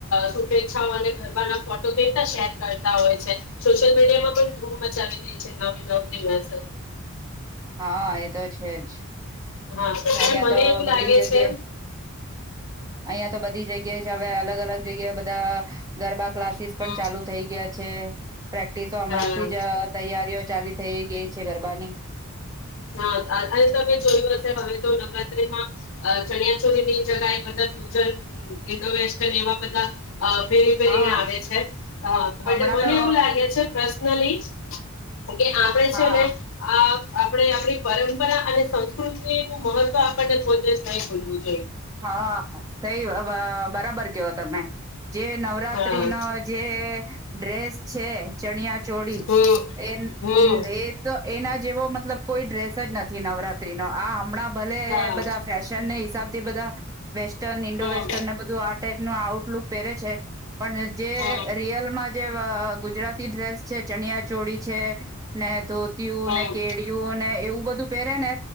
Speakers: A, on the left (about 65°); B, on the right (about 15°).
A: શુભેચ્છાઓ અને ગરબાના ફોટો કેતા શેર કરતા હોય છે, સોશિયલ મીડિયા માં પણ ધૂમ મચાવી દે છે, ન નવ દિવસ
B: હા એ તો છે, જ
A: હા, પણ
B: અહિયાં
A: મને
B: તો
A: એવું
B: બધી
A: લાગે
B: જગ્યા
A: છે, એમ
B: અહિયાં તો બધી જગ્યાએ જ હવે અલગ અલગ જગ્યાએ બધા ગરબા ક્લાસીસ
A: હમ
B: પણ ચાલુ થઈ ગયા છે. પ્રેક્ટિસો હમણાંથી
A: હમ હા
B: જ તૈયારીઓ ચાલી થઈ ગઈ છે, ગરબાની
A: હા અ તમે જોયું હશે હવે તો નવરાત્રીમાં ચણિયાચોરીની જગએ બધા ફ્યુજન ઈન્ડો વેસ્ટન એવા બધા અ પેરી પેરીને
B: હા
A: આવે છે, મને
B: હમણાં તો
A: એવું લાગે છે પર્શ્ન નલી ઓકે આપડણે
B: હા
A: છે, ને અ આપણે આપ પરંપરા અને સંસ્કૃતિ નું મહત્વ આપ પો કોઈ દિવસ ન બોલવું
B: હા સઈ બરાબર કેવો તમે જે નવરાત્રી
A: હા
B: ન જે ડ્રેસ છે ચણિયા ચોડી
A: હમ
B: એ
A: હમ
B: એ તો એના જેવો મતલબ કોઈ ડ્રેસ જ નથી નવરાત્રી નો આ હમણાં ભલે
A: હા
B: બધા ફેશનને હિસાબ તે બધા વેસ્ટર્ન ઇન્ડો
A: હમ
B: વેસ્ટર્નને બધું આ ટાઈપનું આઉ લું પહેરે છે. પણ જે
A: હમ
B: રિયલમાં જે ગુજરાતી ડ્રેસ છે ચણિયા ચોળી છે ને ધો ત્યુ
A: હમ
B: ને કેળિય ને એવું બધું પેરેને